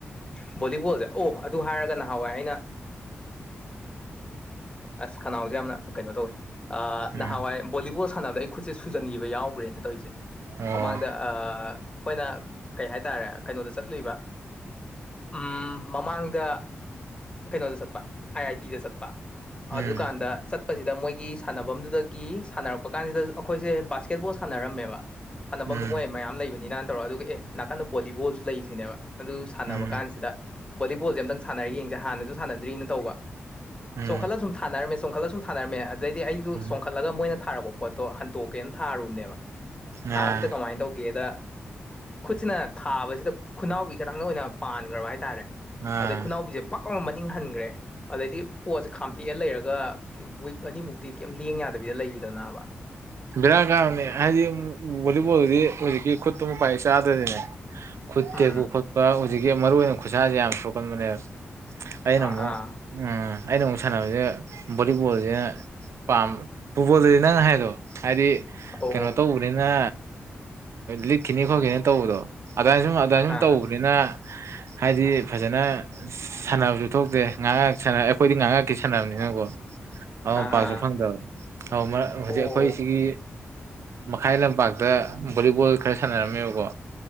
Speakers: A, on the left (about 20°); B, on the right (about 75°).
A: ꯚꯣꯂꯤꯕꯣꯜꯁꯦ ꯑꯣ ꯑꯗꯨ ꯍꯥꯏꯔꯒ ꯅꯍꯥꯟꯋꯥꯏ ꯑꯩꯅ ꯑꯁ ꯀꯅꯥꯎꯁꯦ ꯌꯥꯝꯅ ꯀꯩꯅꯣ ꯇꯧꯋꯦ
B: ꯎꯝ
A: ꯅꯍꯥꯟꯋꯥꯏ ꯕꯣꯂꯤꯕꯣꯜ ꯁꯥꯟꯅꯕꯗ ꯑꯩ ꯁꯦ ꯁꯨꯖꯟꯈꯤꯕ ꯌꯥꯎꯈ꯭ꯔꯦꯅ ꯇꯧꯔꯤꯁꯦ
B: ꯑꯣ
A: ꯃꯃꯥꯡꯗ ꯑꯩꯈꯣꯏꯅ ꯀꯩ ꯍꯥꯏꯇꯥꯔꯦ ꯀꯩꯅꯣꯗ ꯆꯠꯂꯨꯏꯕ ꯎ ꯃꯃꯥꯡꯗ ꯀꯩꯅꯣꯗ ꯆꯠꯄ ꯑꯥꯏ ꯑꯥꯏ ꯇꯤꯗ ꯆꯠꯄ
B: ꯎꯝ
A: ꯑꯗꯨꯗꯨ ꯀꯥꯟꯗ ꯆꯠ ꯆꯠꯄꯁꯤꯗ ꯃꯣꯏꯒꯤ ꯁꯥꯟꯅꯐꯝꯗꯨꯗꯒꯤ ꯁꯥꯟꯅꯔꯛꯄ ꯀꯥꯟꯁꯤꯗ ꯑꯩꯈꯣꯏꯁꯦ ꯕꯥꯁꯀꯦꯠ ꯕꯣꯜ ꯁꯥꯟꯅꯔꯝꯃꯦꯕ ꯁꯥꯟꯅꯐꯝꯗꯨꯣ
B: ꯎꯝ
A: ꯃꯣꯏ ꯃꯌꯥꯝ ꯂꯩꯕꯅꯤꯅꯅ ꯇꯧꯔꯒ ꯑꯗꯨꯒ ꯑꯦ ꯅꯥꯀꯟꯗ ꯕꯣꯂꯤꯕꯣꯜꯁꯨ ꯂꯩꯔꯤꯁꯤꯅꯦꯕ ꯑꯗꯨ ꯁꯥꯟꯅꯕ
B: ꯎꯝ
A: ꯀꯥꯟꯁꯤꯗ ꯕꯣꯂꯤꯕꯣꯜꯁꯦ ꯑꯝꯇꯪ ꯁꯥꯟꯅꯔꯤ ꯌꯦꯡꯁꯦ ꯍꯥꯟꯅꯁꯨ ꯁꯥꯟꯅꯗ꯭ꯔꯤꯅ ꯇꯧꯕ
B: ꯎꯝ
A: ꯆꯣꯡꯈꯠꯂ ꯁꯨꯝ ꯊꯥꯅꯝꯃꯦ ꯆꯣꯡꯈꯠꯂ ꯁꯨꯝꯝ ꯊꯥꯔꯝꯃꯦ ꯑꯗꯩꯗꯤ ꯑꯩꯁꯨ
B: ꯎꯝ
A: ꯆꯣꯡꯈꯠꯂꯒ ꯃꯣꯏꯅ ꯊꯥꯔꯛꯄ ꯄꯣꯠꯇꯣ ꯍꯟꯇꯣꯛꯀꯦꯅ ꯊꯥꯔꯨꯕꯅꯦꯕ
B: ꯑ
A: ꯊꯥꯕꯁꯤꯗ ꯀꯃꯥꯏꯅ ꯇꯧꯒꯦꯗ ꯈꯨꯠꯁꯤꯅ ꯊꯥꯕꯁꯤꯗ ꯈꯨꯅꯥꯎꯒꯤ ꯈꯈꯤꯇꯪꯗ ꯑꯣꯏꯅ ꯄꯥꯟꯈ꯭ꯔꯕ ꯍꯥꯏꯇꯥꯔꯦ
B: ꯑ
A: ꯑꯗꯩ ꯈꯨꯅꯥꯎꯕꯤꯁꯦ ꯄꯛ ꯃꯅꯤꯡ ꯍꯟꯈ꯭ꯔꯦ ꯑꯗꯩꯗꯤ ꯄꯣꯠꯁꯦ ꯈꯥꯝꯇꯦꯛꯑ ꯂꯩꯔꯒ ꯋꯤꯛ ꯑꯅꯤꯃꯨꯛꯇꯤ ꯀꯩꯝ ꯂꯦꯡ ꯌꯥꯗꯕꯤꯗ ꯂꯩꯈꯤꯗꯅꯕ
B: ꯕꯔ ꯀꯥꯎ ꯑꯗꯤ ꯚꯣꯂꯤꯕꯣꯜꯗꯤ ꯍꯧꯖꯤꯛꯀꯤ ꯈꯨꯠꯇꯨ ꯃꯄꯥꯏ ꯆꯥꯗ꯭ꯔꯅꯤꯅꯦ ꯈꯨꯠ
A: ꯎꯝ
B: ꯇꯦꯛꯄ ꯈꯣꯠꯄ ꯍꯧꯖꯤꯛꯀꯤ ꯃꯔꯨ ꯑꯣꯏꯅ ꯈꯨꯠꯁꯥꯁꯦ ꯌꯥꯝ ꯁꯣꯛꯀꯟꯕꯅꯦꯕ ꯑꯩꯅ
A: ꯑꯥ
B: ꯑꯃꯨꯛ
A: ꯑꯥ
B: ꯎ ꯑꯩꯅ ꯑꯃꯨꯛ ꯁꯥꯟꯅꯕꯁꯦ ꯚꯣꯂꯤꯕꯣꯜꯁꯤꯅ ꯄꯥꯝꯕꯃꯦ ꯐꯨꯠꯕꯣꯜꯗꯗꯤ ꯅꯪ ꯍꯥꯏꯗꯣ ꯍꯥꯏꯗꯤ
A: ꯑꯣ
B: ꯀꯩꯅꯣ
A: ꯑꯣ
B: ꯇꯧꯕꯅꯤꯅ ꯂꯤꯛꯈꯤꯅꯤ ꯈꯣꯠꯈꯤꯅꯤꯅ ꯇꯧꯕꯗꯣ ꯑꯗꯨꯃꯥꯏꯅ ꯁꯨꯝ ꯑꯗꯨꯃꯥꯏꯅ ꯁꯨꯝ
A: ꯑꯥ
B: ꯇꯧꯕꯅꯤꯅ ꯍꯥꯏꯗꯤ ꯐꯖꯅ ꯁꯥꯟꯅꯕꯁꯨ ꯊꯣꯛꯇꯦ ꯉꯥꯏꯍꯥꯛꯍꯥꯛ ꯁ ꯑꯩꯈꯣꯏꯗꯤ ꯉꯥꯏꯍꯥꯛꯀꯤ ꯁꯥꯟꯅꯕꯅꯤꯅꯪꯀꯣ ꯑꯥꯎ
A: ꯑꯥ ꯑꯥ
B: ꯄꯥꯛꯁꯨ
A: ꯑꯥ
B: ꯐꯪꯗꯕ ꯑ ꯍꯧꯖꯤꯛ
A: ꯑꯣ
B: ꯑꯩꯈꯣꯏ ꯁꯤꯒꯤ ꯃꯈꯥꯏ ꯂꯝꯄꯥꯛꯇ ꯚꯣꯂꯤꯕꯣꯜ ꯈꯔ ꯁꯥꯟꯅꯔꯝꯃꯦꯕꯀꯣ